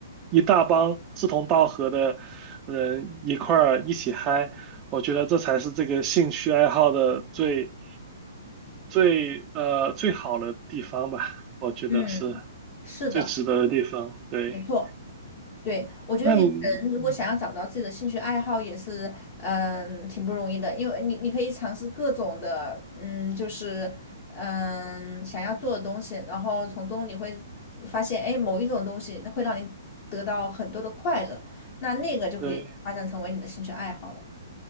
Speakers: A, on the right; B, on the left.
A: 一大帮志同道合的人一块儿一起嗨，我觉得这才是这个兴趣爱好的最最呃最好的地方吧。我觉得是
B: 嗯，是的，
A: 最值得的地方。对，
B: 没错。对，我觉得一个人如果想要找到自己的兴趣爱好，
A: 那你，嗯，
B: 也是嗯挺不容易的，因为你你可以尝试各种的，嗯，就是嗯想要做的东西，然后从中你会发现，哎，某一种东西会让你得到很多的快乐，那那个就可以发展成为你的兴趣爱好了。
A: 对。